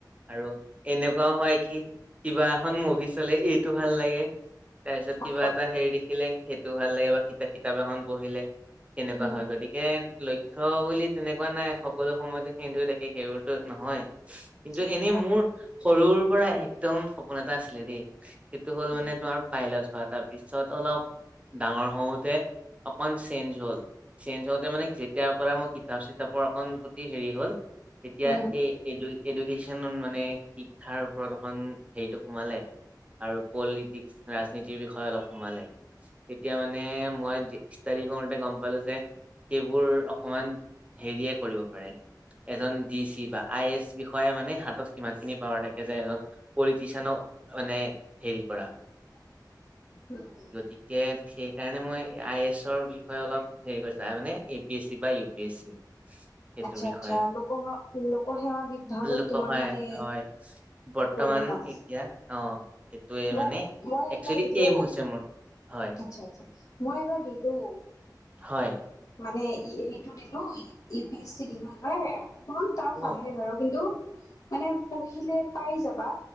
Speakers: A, on the right (about 15°); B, on the left (about 50°).
A: আৰু এনেকুৱাও হয় কি কিবা এখন মুভি চলে এইটো ভাল লাগে, তাৰপিছত
B: হয়
A: কিবা
B: হয়
A: এটা হেৰি দেখিলে সেইটো ভাল লাগে বা কিতাপ কিতাপ এখন পঢ়িলে। কেনেকুৱা
B: উম
A: হয় যদি তাকে লক্ষ্য বুলি তেনেকুৱা নাই সকলো সময়তে সেইটোৱে থাকে সেইবোৰতো নহয়। কিন্তু
B: সেইটো
A: এনেই
B: হয়
A: মোৰ সৰুৰ পৰা একদম সপোন এটা আছিলে দেই। সেইটো হ'ল
B: উম
A: মানে তোমাৰ পাইলট হোৱা। তাৰপিছত অলপ ডাঙৰ হওঁতে অকণমান চেঞ্জ হ'ল চেঞ্জ হ মানে যেতিয়াৰ পৰা মই কিতাপ চিতাপৰ অকণ প্ৰতি হেৰি হ'ল তেতিয়া
B: উম
A: এই, এডু এডুকেশ্যন মানে শিক্ষাৰ ওপৰত অকণ হেৰিটো সোমালে। আৰু পলিটিক্স ৰাজনীতিৰ বিষয়ে অলপ সোমালে, তেতিয়া মানে মই যি ষ্টাডি কৰোতে গম পালো যে সেইবোৰ অকমান হেৰিয়ে কৰিব পাৰে। এজন ডি চি বা আই এছ বিষয়ে মানে হাতত সিমান খিনি পাৱাৰ থাকে যে এজন, পলিটিচিয়ানক মানে হেৰি কৰা।
B: <inaudible>
A: গতিকে সেইকাৰণে মই আই এছৰ বিষয়ে অলপ হেৰি কৰিছোঁ। তাই মানে এ পি এছ চি বা ইউ পি এছ চি সেইটোৰ
B: আচ্ছা
A: বিষয়ে
B: আচ্ছা লোক সেৱা লোকসেৱা বিভাগত
A: লোক
B: তোমাৰ
A: হয়
B: মানে,
A: হয় বৰ্তমান
B: কৰিব মন আছে
A: এতিয়া অ সেইটোৱে
B: মই
A: মানে
B: মই এইবাৰ
A: একচুৱেলি
B: দিলো
A: এইম হৈছে মোৰ। হয়
B: আচ্ছা আচ্ছা মই এইবাৰ দিলোঁ।
A: হয়
B: মানে ই এইটো দিলো ইউ পি এচ চি দিলো এইবাৰ, অকমান টাফ
A: অ
B: আহে বাৰু কিন্তু মানে পঢ়িলে পাই যাবা,